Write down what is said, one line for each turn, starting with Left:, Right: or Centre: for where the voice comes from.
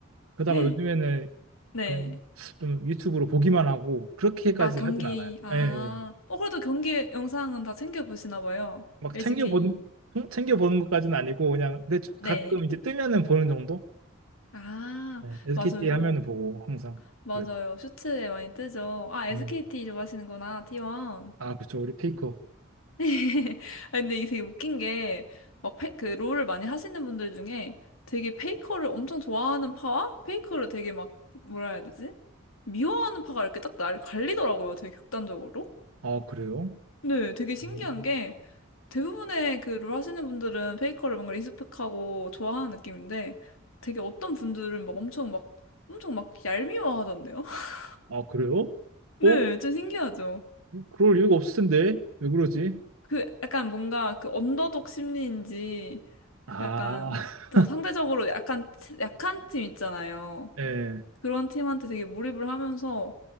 Right: 그러다가
Left: <laughs>
Right: 요즘에는
Left: 네.
Right: 그냥 좀 유튜브로 보기만 하고 그렇게까지
Left: 아, 경기,
Right: 하진 않아요.
Left: 아.
Right: 예. 예.
Left: 어, 그래도 경기 영상은 다 챙겨보시나 봐요.
Right: 막
Left: LCK.
Right: 챙겨 보는 챙겨 보는 것까지는 아니고 그냥 근데
Left: 네.
Right: 가끔 이제 뜨면은 보는 정도.
Left: 아,
Right: 예. SKT
Left: 맞아요.
Right: 하면은 보고 항상
Left: 맞아요.
Right: 그래도.
Left: 슈츠에 많이 뜨죠. 아, SKT
Right: 음.
Left: 좋아하시는구나, T1.
Right: 아, 그쵸. 우리 페이커.
Left: <laughs> 아, 근데 이게 되게 웃긴 게, 막, 페, 그, 롤을 많이 하시는 분들 중에 되게 페이커를 엄청 좋아하는 파와 페이커를 되게 막, 뭐라 해야 되지? 미워하는 파가 이렇게 딱 날 갈리더라고요. 되게 극단적으로.
Right: 아, 그래요?
Left: 네, 되게 신기한
Right: 음.
Left: 게, 대부분의 그롤 하시는 분들은 페이커를 뭔가 리스펙하고 좋아하는 느낌인데 되게 어떤 분들은 막 엄청 막 엄청 막 얄미워하던데요? <laughs>
Right: 아, 그래요?
Left: 네,
Right: 어?
Left: 좀 신기하죠.
Right: 그럴 이유가 없을 텐데 왜 그러지?
Left: 그 약간 뭔가 그 언더독 심리인지
Right: 아,
Left: 약간
Right: <laughs>
Left: 더 상대적으로 약간 치- 약한 팀 있잖아요.
Right: 네,
Left: 그런 팀한테 되게 몰입을 하면서